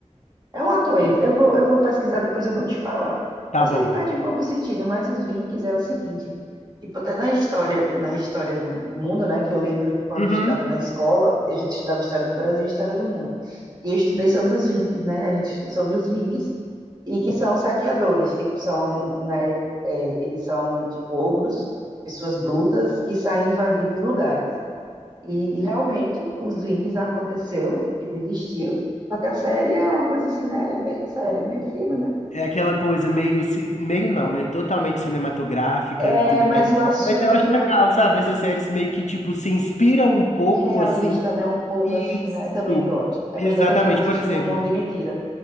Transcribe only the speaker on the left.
Tá
bom.
Uhum.
É aquela coisa meio, ci- meio não, né? Totalmente cinematográfica
e tudo
mais.
Mas eu acho legal,
sabe? Essas séries meio que, tipo, se inspiram um pouco,
assim.
Isso.
Exatamente.
Por exemplo,